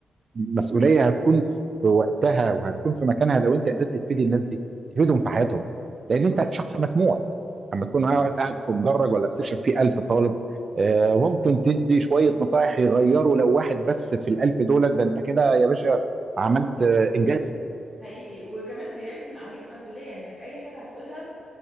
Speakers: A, on the right; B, in the centre.
A: مسؤولية هتكون في وقتها وهتكون في مكانها لو أنت قدرت تفيد الناس دي تفيدهم في حياتهم لأن أنت
B: صح
A: شخص مسموع
B: مظبوط
A: أما تكون قاعد قاعد في مدرج ولا في سيشن فيه 1000 طالب آه، ممكن تدي شوية نصائح يغيروا لو واحد بس في الألف دولت ده أنت كده يا باشا عملت آه، إنجاز
B: حقيقي وكمان بيعمل عليك مسؤوليه انك اي حاجه هتقولها